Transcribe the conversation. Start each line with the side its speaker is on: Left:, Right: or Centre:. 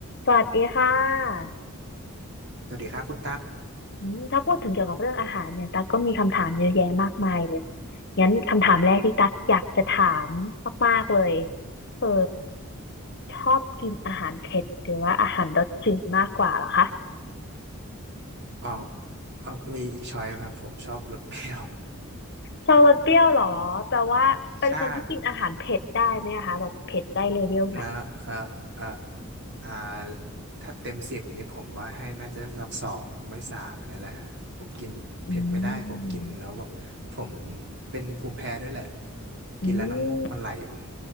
Left: สวัสดีค่ะ
Right: สวัสดีครับคุณตั๊ก
Left: อืมถ้าพูดถึงเกี่ยวกับเรื่องอาหารเนี่ยตั๊กก็มีคำถามเยอะแยะมากมายเลยงั้นคำถามแรกที่ตั๊กอยากจะถามมากๆเลยเออชอบกินอาหารเผ็ดหรือว่าอาหารรสจืดมากกว่าเหรอคะ
Right: อ๋อเอ๋อมีอีกช้อยนะครับผมชอบรสเปรี้ยว
Left: ชอบรสเปรี้ยวเหรอแปลว่าเป็นคนที่กินอาหารเผ็ดได้ไหมอะคะแบบเผ็ดได้เลเวลไหน
Right: <laughs> ใช่นะเออเอออ่าถ้าเต็มสิบนี่ผมว่าให้น่าจะสักสองไม่สามอันนี้แหละฮะ ผมกินเผ็ดไม่ได้ผมกินแล้วแบบผม
Left: อืม
Right: เป็นภูมิแพ้ด้วยแหละ
Left: อืม
Right: กินแล้วน้ำมูกมันไหลผม